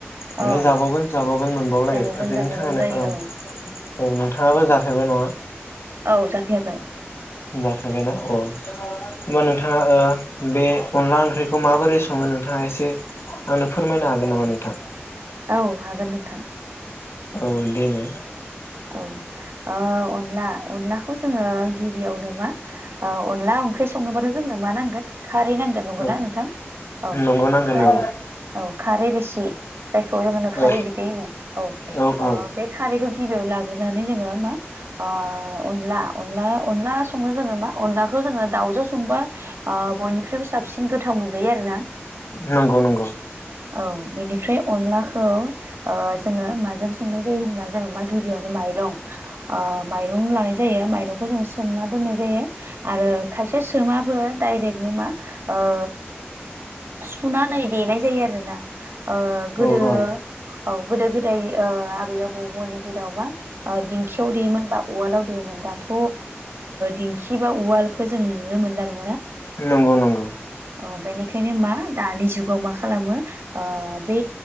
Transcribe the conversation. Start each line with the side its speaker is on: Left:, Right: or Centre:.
Right: औ
Left: माने जाबावगोन जाबावगोन मोनबावलायो
Right: जाबावगोन
Left: बेनि
Right: जाबावगोन
Left: थाखायनो
Right: जायो
Left: औ औ नोंथाङाबो जाफेबाय नङा
Right: औ जाफेरबाय
Left: जाफेबायना अ मान नोंथाङा ओ बे अनला ओंख्रिखौ माबोरै सङो नोंथाङा एसे आंनो फोरमायनो हागोन नामा नोंथां
Right: औ हागोन नोंथां
Left: औ दे नाय
Right: औ ओ अनला अनलाखौ जोङो गिबियावनो मा ओ अनला संनोबाथ' जोंनो मा नांगोन खारै नांगोन नंगो
Left: औ
Right: ना नोंथां औ
Left: नंगौ नांगोन
Right: खारै
Left: औ
Right: औ खारै रोसि जायखौ जोङो बुङो खारै
Left: औ
Right: बिदै ओ
Left: औ औ
Right: बे खारैखौ गिबि आवनो ला सग्रोनानै जोङो मा अनला ओ अनला अनला अनला संनो जोंनो मा अनलाखौ जोङो दाउजों संबा ओ बयनिख्रुइबो साबसिन गोथाव मोनजायो आरो ना
Left: नंगौ नंगौ
Right: औ बेनिफ्राय अनलाखौ ओ जोङो माजों संनाय जायो होनबा जोमा गिदिर बेयावनो माइरं माइरं लानाय जायो माइरंखौ जों सोमना दोननाय जायो आरो खायसे ए सोमाबो डायरेक्टनो मा ओ सुनानै देनाय जायो आरो ना ओ गोदो
Left: औ औ
Right: औ गोदो गोदाय आब बै आबौमोननि दिनाव मा दिंखियाव देयोमोन बा उवालाव देयोमोन दाथ' दिंखि बा उवालखो जों नुनो मोनला नङा
Left: नंगौ नंगौ
Right: औ बेनि बेओंखायनो मा दानि जुगाव मा खालामो बे